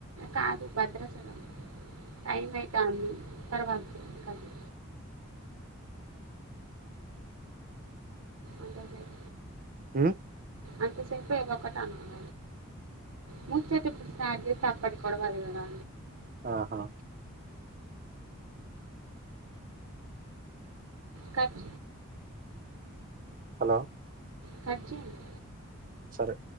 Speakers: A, on the right (about 90°); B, on the right (about 40°).
A: కాదు భద్రాచలం టైం అయితాంది తరువాత చెప్తాను అంతే సార్
B: ఉం
A: అంతసేపె ఏదోకటి అనాల మూచ్చాయి చెప్పు స్టార్ట్ చేసి తప్పడి పొడవాలి గదా
B: ఆహా
A: కట్
B: హలో
A: కటజేయండి
B: సరే